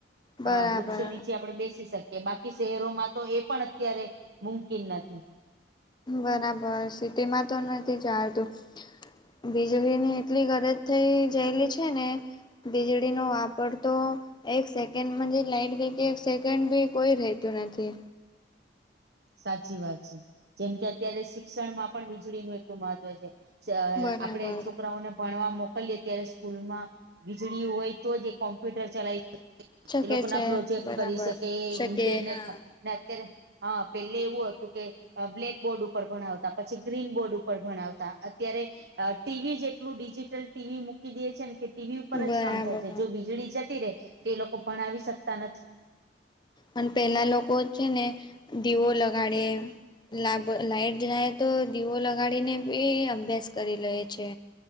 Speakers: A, on the left; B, on the right.
A: બરાબર
B: હા વૃક્ષો નીચે આપડે બેસી શકીએ બાકી શહેરોમાં તો એ પણ અત્યારે મુમકીન નથી
A: બરાબર સીટીમાં તો નથી ચાલતું વીજળીની એટલી ગરજ થઇ જેયલી છે ને વીજળીનો આ પડધો એક સેકન્ડમાં જે લાઈટ ગઈ કે એક સેકન્ડ બી કોઈ રેતુ નથી
B: સાચી વાત છે જેમ કે અત્યારે શિક્ષણમાં પણ વીજળીનું એટલું મહત્વ છે.
A: બરાબર
B: આપડે છોકરાઓને ભણવા મોક લીયે ત્યારે સ્કૂલમાં વીજળી હોય તો જ એ કોમ્પ્યુટર ચલાય
A: શકે
B: <unintelligible> એ લોકોના
A: છે
B: પ્રોજેક્ટ
A: બરાબર
B: કરી શકે
A: શકે
B: ઇન્ટરનેટમાં
A: હા.
B: ને અત્યારે હા પેલે એવું હતું કે બ્લેકબોર્ડ ઉપર ભણાવતા પછી ગ્રીન બોર્ડ ઉપર ભણાવતા અત્યારે ટીવી જેટલું ડિજીિટલ ટીવી મૂકી દે છે ને કે ટીવી ઉપર જ
A: બરાબર
B: કામ થાય છે જો વીજળી જતી રહેે તો એ લોકો ભણાવી શકતા નથી.
A: અને પેલા લોકો છે ને દીવો લગાડે લાભ લાઈટ જાય તો દીવો લગાડીને બી અભ્યાસ કરી લે છે.